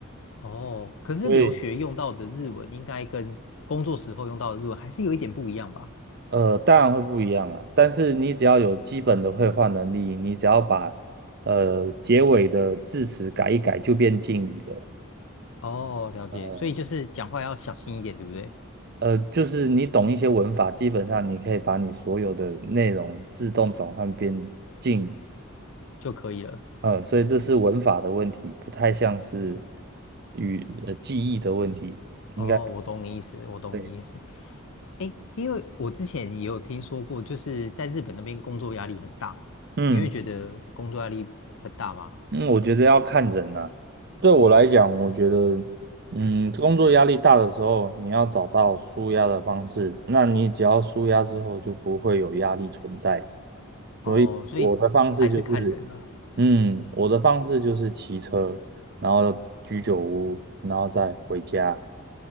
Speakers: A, on the left; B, on the right.
A: 哦，可是留学用到的日文应该跟工作时候用到的日文还是有一点不一样吧？
B: 所以。呃，当然会不一样啊，但是你只要有基本的绘画能力，你只要把呃结尾的字词改一改，就变敬语了。
A: 哦，了解，
B: 呃，
A: 所以就是讲话要小心一点，对不对？
B: 呃就是你懂一些文法，基本上你可以把你所有的内容自动转换变敬语。
A: 就可以了。
B: 呃，所以这是文法的问题，不太像是语呃记忆的问题，应该
A: 哦，我懂你意思，我懂你意思。
B: 对，
A: 诶，因为我之前也有听说过，就是在日本那边工作压力很大，
B: 嗯。
A: 你会觉得工作压力很大吗？
B: 嗯，我觉得要看人呐、对我来讲，我觉得，嗯，工作压力大的时候，你要找到舒压的方式。那你只要舒压之后，就不会有压力存在。
A: 哦，
B: 所以我的方式就是，
A: 所以还是看人啦。
B: 嗯，我的方式就是骑车，然后居酒屋，然后再回家。